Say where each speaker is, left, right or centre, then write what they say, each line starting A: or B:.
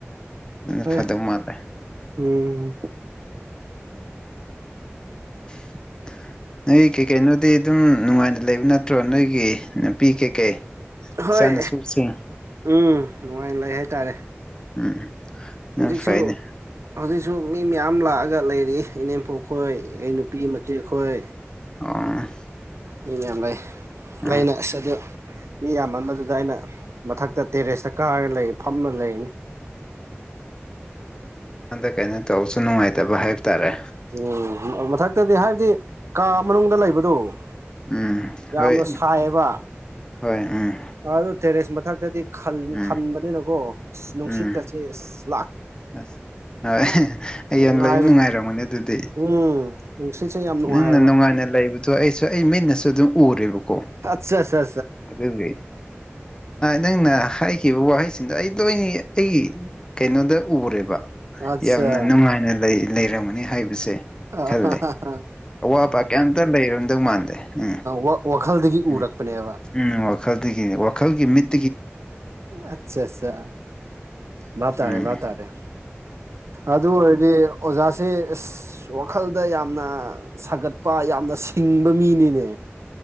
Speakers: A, on the left; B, on the right.
A: ꯑꯗꯨ
B: ꯍꯣꯏ
A: ꯐꯗꯧ ꯃꯥꯜꯂꯦ
B: ꯎꯝ
A: <inaudible> ꯅꯣꯏ ꯀꯩꯀꯩꯅꯣꯗꯤ ꯑꯗꯨꯝ ꯅꯨꯡꯉꯥꯏꯅ ꯂꯩꯕ ꯅꯠꯇ꯭ꯔꯣ ꯅꯣꯏꯒꯤ ꯅꯨꯄꯤ ꯀꯩꯀꯩ
B: ꯍꯣꯏ
A: ꯁꯅ ꯁꯁꯤꯡ
B: ꯎꯝ ꯅꯨꯡꯉꯥꯏꯅ ꯂꯩ ꯍꯥꯏꯇꯥꯔꯦ
A: ꯎꯝ ꯌꯥꯝ
B: ꯍꯧꯖꯤꯛꯁꯨ
A: ꯐꯩꯅꯦ
B: ꯍꯧꯖꯤꯛꯁꯨ ꯃꯤ ꯃꯌꯥꯝ ꯂꯥꯛꯑꯒ ꯂꯩꯔꯤ ꯏꯅꯦꯝ ꯄꯣꯛ ꯈꯣꯏ ꯑꯩ ꯅꯨꯄꯤ ꯃꯆꯦꯛ ꯈꯣꯏ
A: ꯑꯡ
B: ꯃꯤ ꯃꯌꯥꯝ ꯂꯩ
A: ꯎꯝ
B: ꯂꯩꯅ ꯑꯁ ꯑꯗꯨ ꯃꯤ ꯌꯥꯝꯌꯥꯝ ꯑꯃ ꯑꯗꯨꯗ ꯑꯩꯅ ꯃꯊꯛꯇ ꯇꯦꯔꯦꯁꯇ ꯀꯥꯔꯒ ꯂꯩ ꯐꯝꯂꯒ ꯂꯩ
A: ꯃꯉꯣꯟꯗ ꯀꯩꯅꯣ ꯇꯧꯕꯁꯨ ꯅꯨꯡꯉꯥꯏꯇꯕ ꯍꯥꯏꯕ ꯇꯥꯔꯦ
B: ꯎꯝ ꯃꯊꯛꯇꯗꯤ ꯍꯥꯏꯕꯗꯤ ꯀꯥ ꯃꯅꯨꯡꯗ ꯂꯩꯕꯗꯣ
A: ꯎꯝ
B: ꯌꯥꯝꯅ
A: ꯍꯣꯏ
B: ꯁꯥꯏꯌꯦꯕ
A: ꯍꯣꯏ ꯎꯝ
B: ꯑꯗꯨ ꯇꯦꯔꯦꯁ ꯃꯊꯛꯇꯗꯤ ꯈꯜ
A: ꯎꯝ
B: ꯈꯟꯕꯅꯤꯅꯀꯣ ꯏꯁ ꯃꯅꯨꯡꯁꯤꯠꯀꯁꯦ
A: ꯎꯝ
B: ꯏꯁ
A: ꯑꯁ ꯍꯣꯏ ꯑꯩ
B: ꯅꯨꯡꯉꯥꯏꯕꯅꯤ
A: ꯌꯥꯝ ꯂꯩꯕ ꯅꯨꯡꯉꯥꯏꯔꯝꯒꯅꯤ ꯑꯗꯨꯗꯤ
B: ꯎꯝ ꯅꯨꯡꯁꯤꯠꯁꯦ ꯌꯥꯝ ꯅꯨꯡꯉꯥꯏꯌꯦꯕ
A: ꯅꯪꯅ ꯅꯨꯡꯉꯥꯏꯅ ꯂꯩꯕꯗꯣ ꯑꯩꯁꯨ ꯑꯩ ꯃꯤꯟꯅꯁꯨ ꯑꯗꯨꯝ ꯎꯔꯦꯕꯀꯣ
B: ꯑꯠꯆꯥꯆꯥ
A: ꯑꯗꯨꯒꯤ ꯅꯪꯅ ꯍꯥꯏꯈꯤꯕ ꯋꯥꯍꯩꯁꯤꯡꯗꯣ ꯑꯩ ꯂꯣꯏꯅꯤ ꯑꯩꯒꯤ ꯀꯩꯅꯣꯗ ꯎꯔꯦꯕ
B: ꯑꯠꯆꯥ
A: ꯌꯥꯝꯅ ꯅꯨꯡꯉꯥꯏꯅ ꯂꯩꯔꯝꯒꯅꯤ ꯍꯥꯏꯕꯁꯦ
B: ꯑ
A: ꯈꯜꯂꯦ
B: ꯍꯥ ꯍꯥꯥ ꯍꯥ
A: ꯑꯋꯥꯕ ꯀꯩꯝꯇ ꯂꯩꯔꯝꯗꯧ ꯃꯥꯟꯗꯦ ꯎꯝ
B: ꯋꯥꯈꯜ ꯋꯥꯈꯜꯗꯒꯤ
A: ꯎꯝ
B: ꯎꯔꯛꯄꯅꯦꯕ
A: ꯎꯝ ꯋꯥꯈꯜꯗꯒꯤꯅꯤ ꯋꯥꯈꯜꯒꯤ ꯃꯤꯠ
B: ꯑꯆꯥ ꯑꯆꯥ ꯚꯞ ꯇꯥꯔꯦ
A: ꯎꯝ
B: ꯇꯥꯔꯦ ꯑꯗꯨ ꯑꯣꯏꯔꯗꯤ ꯑꯣꯖꯥꯥꯁ ꯏꯁ ꯋꯥꯈꯜꯗ ꯌꯥꯝꯅ ꯁꯥꯒꯠꯄ ꯌꯥꯝꯅ ꯁꯤꯡꯕ ꯃꯤꯅꯤꯅꯦ